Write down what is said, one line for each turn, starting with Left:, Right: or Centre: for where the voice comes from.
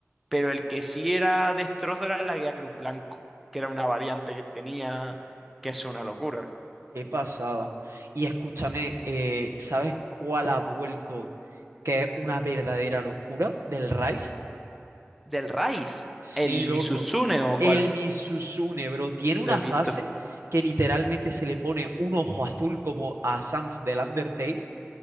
Centre: Pero el que sí era destrozo era la guía Cruz Blanco, que era una variante que tenía, que es una locura.
Right: Qué pasada. Y escúchame, eh, ¿sabes cuál ha vuelto que es una verdadera locura del Rice?
Centre: Del Rice,
Right: Sí,
Centre: el
Right: loco.
Centre: Misutsune o
Right: El
Centre: cuál,
Right: Misusune, bro, tiene una
Centre: lo he visto.
Right: fase que literalmente se le pone un ojo azul como a Sans del Undertale